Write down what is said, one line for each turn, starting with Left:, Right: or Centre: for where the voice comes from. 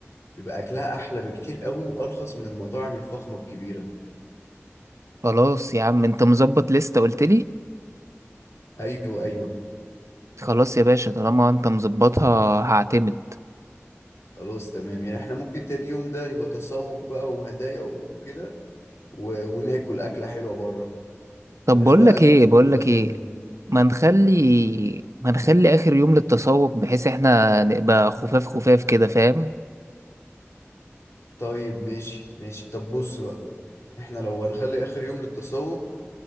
Left: بيبقى اكلها احلى بكتير قوي وارخص من المطاعم الفخمة الكبيرة
Right: خلاص يا عم انت مظبط لستة قلت لي
Left: ايوه ايوه
Right: خلاص يا باشا طالما انت مظبطها هعتمد
Left: خلاص تمام يعني احنا ممكن تاني يوم ده يبقى تسوق بقى وهدايا وكده و... وناكل أكلة حلوة بره
Right: طب
Left: بلاش
Right: بقول
Left: بقى
Right: لك
Left: أكل
Right: ايه
Left: الفندق
Right: بقول لك
Left: ده تاني
Right: ايه
Left: يوم
Right: ما نخلي ما نخلي اخر يوم للتسوق بحيث احنا نبقى خفاف خفاف كده فاهم
Left: طيب ماشي ماشي طب بص بقى احنا لو هنخلي آخر يوم للتسوق